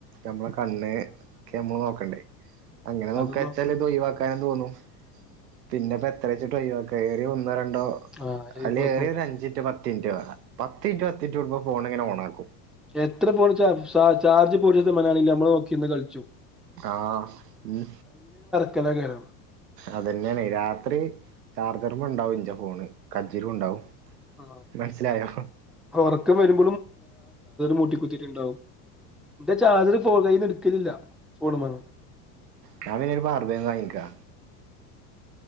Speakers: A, on the right; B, in the centre.
A: നമ്മളെ കണ്ണ് ഒക്കെ നമ്മള് നോക്കണ്ടേ അങ്ങനെ നോക്ക
B: അതും
A: വച്ചാല്
B: നോക്കണം
A: ഇതൊഴ്വാക്കാനെന്ന് തോന്നും പിന്നെപ്പോ എത്ര ട്ടയ്യോ കയറി വന്നു ഒന്നോ രണ്ടോ
B: ആ ജൈവാക്കണം
A: അല്ലേ ഏറിയ ഒരു അഞ്ചിറ്റ് പത്തിന് റ്റ് വേണം പത്തിൻ റ്റ് പത്തിൻ റ്റ് കൂടുമ്പോ ഫോൺ നങ്ങനെ ഓണാക്കും
B: എത്ര പോ ചാ ചാർജ് പോര്ന്ന മനാളേലും നമ്മള് നോക്കിന്ന് കളിച്ചു
A: ആഹ് ഉം
B: കലാകാരാണ്
A: അതന്നെയാണ് രാത്രി ചാർജറുമേ ഉണ്ടാവും ഇഞ്ചോ പോണ് കജ്ജിരും ഉണ്ടാവും
B: ആ
A: മനസ്സിലായോ
B: ഓർക്ക് <unintelligible> മുട്ടിക്കുത്തീട്ടുണ്ടാവും എന്റെ ചാർജർ ഫോൺ കൈയിന്നെടുക് ട്ടില്ല ഫോണുമങ്ങ്
A: ഞാനുമിനി ഒരു പാർവേന്ന് വാങ്ങിക്കാ